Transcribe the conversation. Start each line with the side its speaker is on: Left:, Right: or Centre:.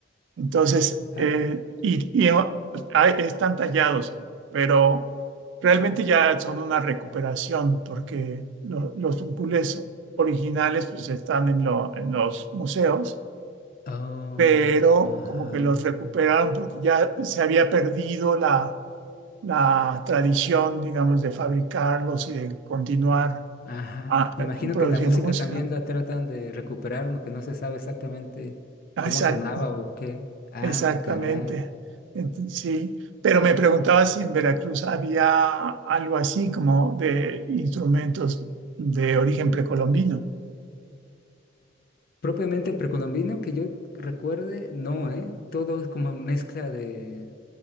Right: Entonces,
Left: Ah,
Right: eh, y, y oh, hay- están tallados, pero realmente ya son una recuperación porque lo- los tuncules originales pues están en, lo- en los museos
Left: oh,
Right: pero
Left: ajá.
Right: como que los recuperaron porque ya se había perdido la, la tradición, digamos, de fabricarlos y de continuar
Left: Ajá.
Right: ah,
Left: Me
Right: eh,
Left: imagino
Right: produciendo
Left: que en la música
Right: música.
Left: también la tratan de recuperar, ¿no? Que no se sabe exactamente
Right: Ah,
Left: cómo
Right: Exacto,
Left: sonaba o qué. Ah,
Right: exactamente.
Left: caray.
Right: Ent- sí, pero me preguntaba si en Veracruz había algo así como de instrumentos de origen precolombino.
Left: Propiamente precolombino, que yo recuerde, no, ¿eh? Todo es como mezcla de,